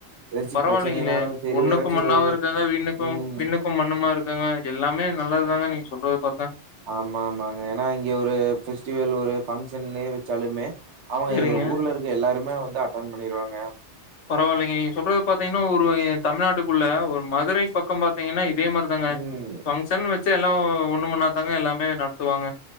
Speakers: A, on the right; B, on the left.
A: ஏதாச்சு
B: பரவாயில்லைங்களே
A: பிரச்சனைனாலு சரி
B: ஒண்ணுக்கு
A: ஏதாச்சு
B: மண்ணாவு
A: ஒரு
B: இருக்காங்க வீண்ணுக்கு
A: ம்
B: பிண்ணுக்கு வீண்ணும் மண்ணும் மாரி இருக்காங்க எல்லாமே நல்லது தாங்க நீங்க சொல்றது பாத்தா
A: ஆமா ஆமாங்க ஏன்னா இங்க ஒரு பெஸ்டிவல் ஒரு பங்க்ஷன்னுமே வச்சாலுமே அவங்க
B: சேரிங்க
A: ஊர்ல இருக்க எல்லாருமே வந்து அட்டன் பண்ணிருவாங்க
B: பரவாயில்லைங்க நீங்க சொல்றது பாத்தீங்கன்னா ஒரு தமிழ்நாட்டுக்குள்ள ஒரு மதுரை பக்கம் பா பாத்தீங்கன்னா இதே மாரிதாங்க
A: ம்
B: பங்க்ஷன் வச்ச எல்லாம் ஒண்ணு மண்ணா தாங்க எல்லாமே நடத்துவாங்க